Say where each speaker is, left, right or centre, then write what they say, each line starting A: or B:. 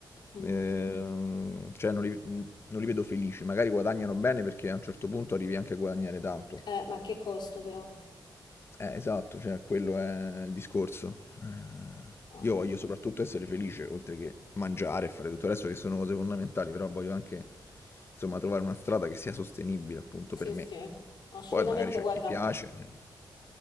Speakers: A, on the left (about 65°); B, on the left (about 30°).
A: Mm.
B: Mh. ehm, cioè non li v mhmm, non li vedo felici. Magari guadagnano bene perché a un certo punto arrivi anche a guadagnare tanto.
A: Eh, ma che costo però?
B: Eh, esatto, cioè quello è il discorso. Eh,
A: Ah.
B: io voglio soprattutto essere felice, oltre che mangiare e fare tutto il resto che sono cose fondamentali, però voglio anche, insomma, trovare una strada che sia sostenibile appunto
A: Sì,
B: per me.
A: sì, assolutamente,
B: Poi magari c'è
A: guarda.
B: chi piace. eh.